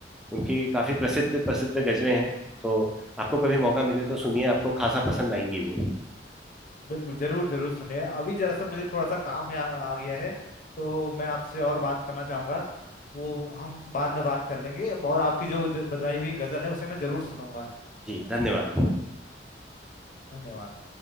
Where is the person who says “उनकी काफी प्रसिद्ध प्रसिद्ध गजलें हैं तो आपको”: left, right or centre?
Centre